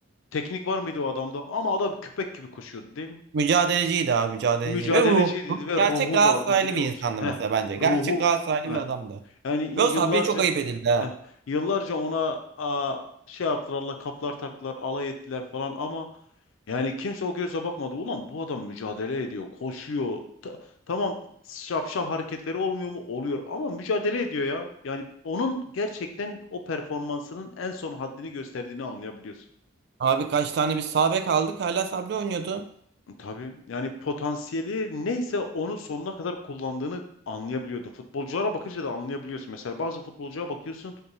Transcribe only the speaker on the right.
Mücadeleciydi abi mücadeleci.
Ve ruh.
Gerçek
Galatasaraylı
bir
insandı
mesela bence. Gerçek
Galatasaraylı
bir adamdı.
Ve o Sabri'ye çok ayıp edildi ha.
Abi kaç tane bir sağ bek aldık. Hala Sabri oynuyordu.